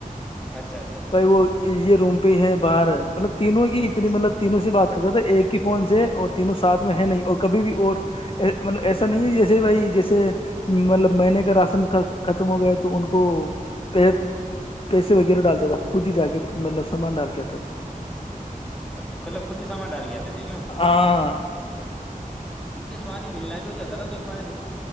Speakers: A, in the centre; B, on the left.
A: اچھا اچھا اچھا
B: بھائی وہ یہ روم پئی ہے باہر مطلب تینوں
A: ہوں
B: کی اتنی مطب تینوں سے بات کر تو ایک کہ فون سے اور تینوں ساتھ میں ہے نہیں اور کبھی بھی اور مطلب ایسا نہیں ہے جیسے بھائی جیسے مطلب مہینے کا راشن ختم ہو گیا تو ان کو پ پیسے وغیرہ ڈالتا تھا خود ہی جا کے مطلب سامان ڈال کےتا تھا
A: اچھا کلب خود ہی سامان ڈال کے آتے تھے یوں
B: ہاں
A: پانی ملنا بھی ہو جاتا ن تو اس پانی